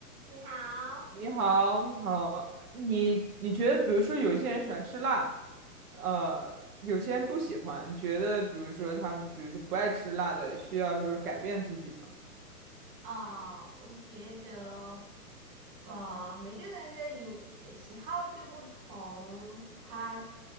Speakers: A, on the right (about 35°); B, on the right (about 70°).
A: 你好，
B: 你好，你好，你你觉得，比如说，有些人喜欢吃辣，呃，有些人不喜欢，你觉得，比如说他们，比如说不爱吃辣的，需要就是改变自己吗？
A: 哦，我觉得，呃，每个人的饮呃喜好就不同，他